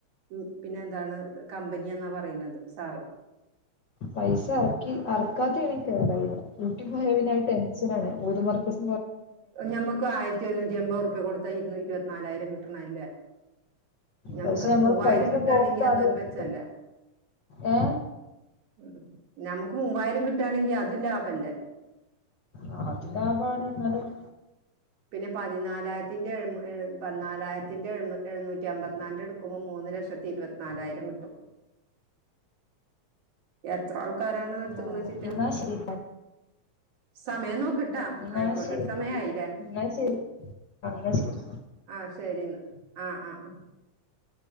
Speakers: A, on the right; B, on the left.
A: ഉം പിന്നെ എന്താണ് കമ്പനിയാന്നാ പറിണെത് സാറ്
B: പൈസ എറക്കി അറക്കാത്തെയാണെ കേറ അയിൽ പൂട്ടി പോയ പിന്നെ അയ് ടെൻഷനണ് ഓതുമർക്കസ്
A: ഞമ്മക്കും ആയിരത്തി ഒരുന്നൂറ്റിയെമ്പത് റുപ്യ കൊട്ത്താ ഇരു ഇരുവത്തിനാലായിരം കിട്ടണെ അല്ലെ ഞമ്മക്ക്
B: പക്ഷെ
A: അയ്
B: നമ്മൾ
A: മൂവായിരം
B: പൈസ
A: കിട്ടാണെങ്കി
B: പോകുന്നത് ആലോചിക്കുമ്പോൾ
A: അതൊരു മെച്ച അല്ലെ
B: ഏ
A: ഉം ഞമ്മക്ക് മൂവായിരം കിട്ടാണെങ്കി അതും ലാഭ അല്ലെ
B: ആ അത് ലാഭാണ് എന്നലും
A: പിന്നെ പതിനാലായിരത്തിന്റെ മ് എ പതിനാലായിരത്തിന്റെ ഐമ് എഴുന്നൂറ്റി അമ്പത്തിനാൽന്റെ ഇട്ക്കുമ്പോ മൂന്ന് ല ലക്ഷത്തി ഇരുവത്തിനാലായിരം കിട്ടും എത്ര ആൾക്കാരാണ് ഇട്ത്ത്ക്ക്ണെച്ച്റ്റാ
B: ആ എന്നാ ശരി
A: സമയം നോക്ക്ട്ടാ
B: എന്നാ
A: ആയിക്കോട്ടെ
B: ശരി
A: സമയായി ലെ
B: എന്നാ ശരി എന്നാ ശരി
A: ആ ശരി ന്നാ ആ ആ ആ